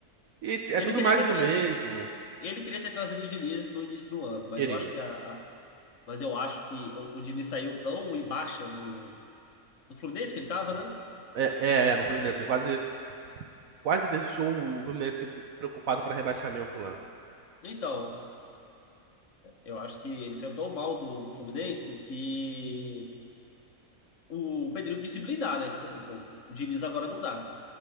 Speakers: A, on the right; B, on the left.
A: e é
B: Ele
A: tudo
B: queria
A: mais
B: ter
A: do
B: trazido,
A: mesmo.
B: ele queria ter trazido o Diniz no início do ano, mas
A: Queria.
B: eu acho que a, a- mas eu acho que o, o Diniz saiu tão em baixa do, do Fluminense que ele tava,
A: Aham.
B: né?
A: É, é, é, no Fluminense. Ele quase, quase deixou o Fluminense preocupado para rebaixamento lá.
B: Então, eu acho que ele saiu tão mal do, do Fluminense que o Pedrinho quis se blindar, né? Tipo assim, pô, o Diniz agora não dá.